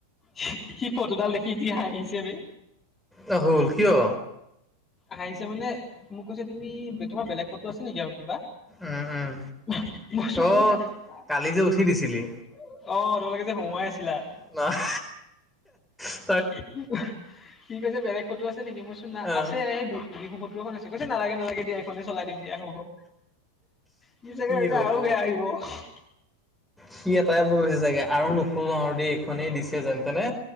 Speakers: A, on the left; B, in the centre.
A: সি সি ফটো দাল দেখি যি হাঁহিচে বে।
B: ৰাহুল কিয়?
A: হাঁহিচে মানে মোক কৈছে তুমি তোমাৰ বেলেগ ফটো আছে নেকি আৰু কিবা।
B: উম উম
A: উহা মই অহঃ কৈছোঁ
B: অ
A: বোলো নাই। টিউ
B: কালি যে উঠি দিছিলি
A: টিউ অ তোমালোকে যে হঁহোৱাই আছিলা।
B: না আহ বা ইস্
A: সি আহ সি কৈছে বেলেগ ফটো আছে নেকি? মই কৈছোঁ না
B: আহ
A: আছে এইটো। বিহু ফটো এখন আছে কৈছে নালাগে নালাগে দিয়া এইখনে চলাই দিম দিয়া হ'ব ইস সি সি চাগে
B: কি
A: ভাবিছে
B: হ'ব
A: আৰু বেয়া আহিব উস্ আ হা হা
B: সি এটাই ভাবিছে চাগে আৰু নোখোজো আৰু দেই এইখনেই দিছে যেন তেনে,